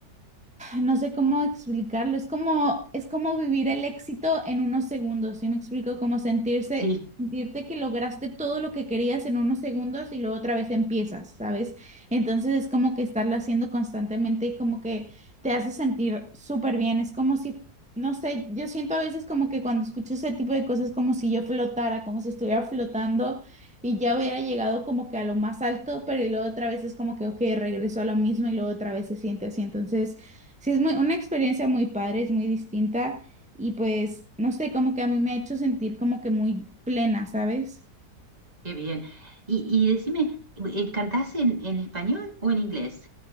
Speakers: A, in the centre; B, on the right.
A: no sé cómo explicarlo, es como, es como vivir el éxito en unos segundos, ¿sí me explico? Como sentirse,
B: <laughs> Sí,
A: sentirte que lograste todo lo que querías en unos segundos y luego otra vez empiezas, ¿sabes? Entonces es como que estarlo haciendo constantemente y como que te hace sentir súper bien, es como si, no sé, yo siento a veces como que cuando escucho ese tipo de cosas como si yo flotara, como si estuviera flotando. Y ya hubiera llegado como que a lo más alto, pero y luego otra vez es como que, ok, regreso a lo mismo y luego otra vez se siente así. Entonces, Sí, es muy, una experiencia muy padre, es muy distinta y pues, no sé, como que a mí me ha hecho sentir como que muy plena, ¿sabes?
B: qué bien. Y, y decime, eh, ¿cantás en, en español o en inglés?